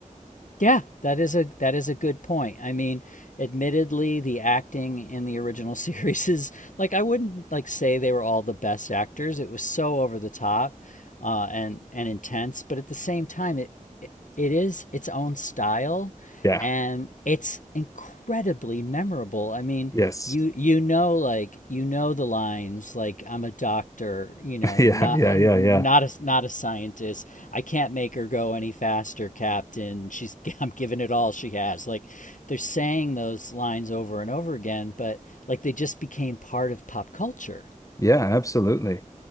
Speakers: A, on the left; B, on the left.
A: Yeah, that is a that is a good point. I mean, admittedly, the acting in the original <laughs> series is like I wouldn't like say they were all the best actors. It was so over the top uh, and and intense, but at the same time, it it, it is its own style,
B: Yeah.
A: and it's incredibly memorable. I mean,
B: Yes.
A: you you know like you know the lines like I'm a doctor, you know,
B: <laughs> Yeah.
A: not
B: Yeah. Yeah.
A: not
B: Yeah.
A: a not a scientist. I can't make her go any faster, captain. She's <laughs> I'm giving it all she has. Like they're saying those lines over and over again, but like they just became part of pop culture.
B: Yeah. Absolutely.